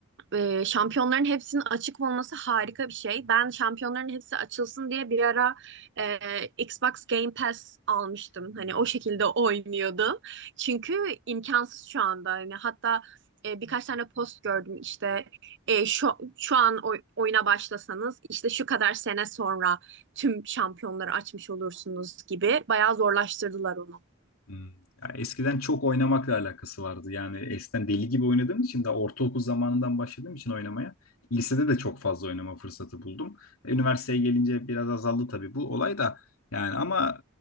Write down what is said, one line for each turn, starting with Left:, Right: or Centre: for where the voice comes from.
Right: e, şampiyonların hepsinin açık olması harika bir şey. Ben şampiyonların hepsi açılsın diye bir ara e, Xbox Game Pass almıştım. Hani o şekilde oynuyordum. Çünkü imkansız şu anda. Hani hatta e, birkaç tane post gördüm işte e, şu şu an oy- oyuna başlasanız işte şu kadar sene sonra tüm şampiyonları açmış olursunuz gibi bayağı zorlaştırdılar onu.
Left: Hmm. Ya eskiden çok oynamakla alakası vardı. Yani eskiden deli gibi oynadığım için de ortaokul zamanından başladığım için oynamaya lisede de çok fazla oynama fırsatı buldum. E, Üniversiteye gelince biraz azaldı tabii bu olay da. Yani ama